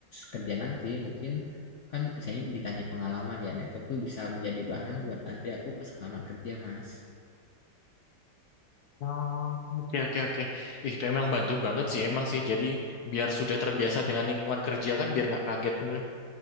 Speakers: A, on the left (about 80°); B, on the left (about 65°).
A: kerja nanti mungkin kan saya ditanya pengalaman ya, nah itu aku bisa menjadi bahan buat nanti aku pas kelamar kerja, Mas.
B: Oh, Oke, oke, oke. Ih, Itu emang bantu banget sih, emang sih. Jadi biar sudah terbiasa dengan lingkungan kerja kan, biar nggak kaget gitu.